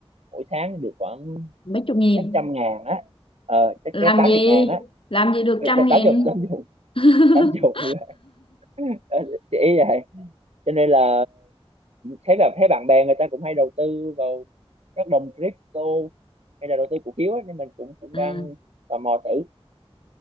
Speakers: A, on the right; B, on the left.
A: mỗi tháng được khoảng
B: mấy chục nghìn
A: chắc trăm ngàn á ờ chắc,
B: làm
A: chắc tám
B: gì
A: chục ngàn á
B: làm gì được
A: Ờ,
B: trăm
A: chắc
B: nghìn
A: tám chục tám chục
B: <laughs>
A: tám chục <laughs> Ờ, chị ý vậy cho nên là thấy là thấy bạn bè người ta cũng hay đầu tư vào các đồng crypto hay là đầu tư cổ phiếu á, nên mình cũng cũng
B: ừ.
A: đang tò mò thử